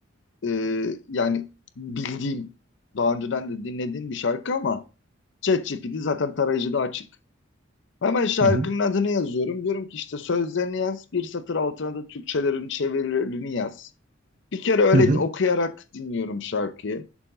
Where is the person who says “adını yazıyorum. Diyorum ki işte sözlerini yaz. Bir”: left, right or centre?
Left